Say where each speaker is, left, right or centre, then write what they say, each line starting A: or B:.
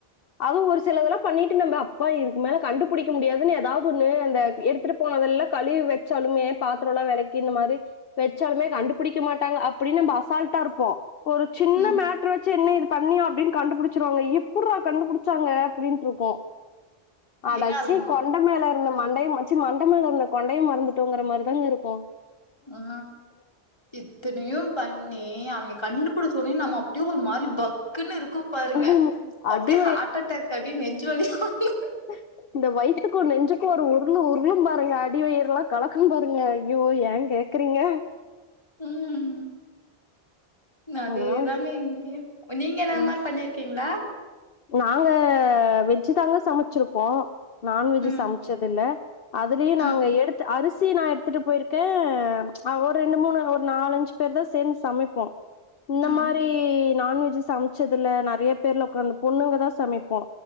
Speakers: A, on the left; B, on the left.
A: அதுவு ஒரு சிலதெல்லா பண்ணிட்டு நம்ம அப்பா இதுக்கு மேல கண்டுபிடிக்க முடியாதுன்னு ஏதாவது ஒண்ணு அந்த எடுத்துட்டு போனதெல்லா கழுவி வச்சாலுமே பாத்திரோல்லா வெளக்கி இந்த மாரி வெச்சாலுமே கண்டுபிடிக்க மாட்டாங்க அப்டின்னு நம்ம அசால்ட்டா இருப்போ ஒரு சின்
B: ம்
A: ன மேட்டர வச்சி என்ன இது பண்ணியா அப்டின்னு கண்டுபிடிச்சிருவாங்க எப்டிர்றா கண்டுபிடிச் சாங்க அப்டின்ட்டு இருக்கு அடச்சி
B: ஏங்க அதுமா
A: கொண்ட மேல இருந்த மண்டைய சி மண்ட மேல இருந்த கொண்டைய மறந்துட்டோங்கிற மாரி தாங்க இருக்கு
B: ஆ இத்தனையு பண்ணி அவிங்க கண்டு பிடிச்ச ஒன்னே நம்ம அப்டியே ஒரு மாரி பக்குன்னு இருக்கு பாருங்க
A: ஆமா.
B: அப்டியே
A: அடி
B: ஹார்ட் அட்டாக் அப்டியே நெஞ் சு வலி வந்துரு
A: ஹ இந்த வயித்துக்கு நெஞ்சுக்கு ஒரு உருள் உருளும் பாருங்க அடிவயர்ல்லா கலக்கு பாருங்க ஐயோ ஏ கேக் குறீங்க
B: ம் அதேதாங்க
A: அதெல்லா
B: இங்கயு நீங்க என்ன அது
A: ம்
B: மாரி பண்ணிருக்கீங்களா
A: நாங்க வெஜ் தாங்க சமச்சிருப்போ நான்வெஜ்
B: ம்,
A: சமைச்சது இல்ல அதுலயு நாங்க
B: ம்,
A: எடுத்து அரிசி நா எடுத்துட்டு போயிருக்கே ஆ ஒரு ரெண்டு மூணு ஒரு நாலஞ்சு பேருதா சேந்து சமைப்போ இந்த
B: ம்,
A: மாரி நான்வெஜ் சமைச்சது இல்ல நெறைய பேருல ஒக்காந்து பொண்ணுங்கதா சமைப்போ